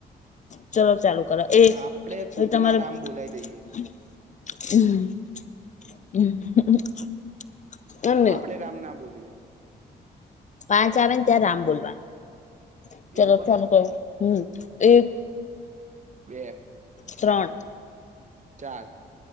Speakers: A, on the left (about 40°); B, on the right (about 40°).
A: ચલો ચાલુ કરો એક
B: આપડે કુક
A: તમારે
B: ના રામ
A: <unintelligible>
B: બોલાવી દઈએ
A: એમ નહી
B: આપડે રામ ના બોલીએ
A: પાંચ આવે ને ત્યાં રામ બોલવાનું. ચાલો
B: એવું બસ
A: ચાલુ કરો હમ્મ એક
B: બે
A: ત્રણ
B: ચાર